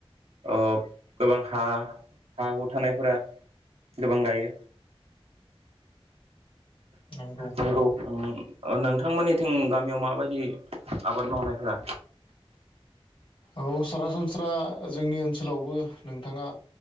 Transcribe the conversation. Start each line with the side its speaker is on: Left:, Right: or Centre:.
Right: अ गोबां हा हा हु थानायफोरा गोबां गायो
Left: नंगौ
Right: नोंगौ। उम ओ नोंथांमोननिथिं गामियाव माबायदि आबाद मावनायफोरा
Left: औ सरासनस्रा जोंनि ओनसोलावबो नोंथाङा